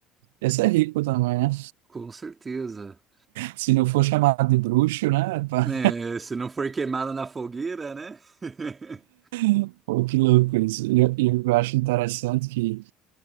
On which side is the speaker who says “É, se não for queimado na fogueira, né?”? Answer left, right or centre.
Right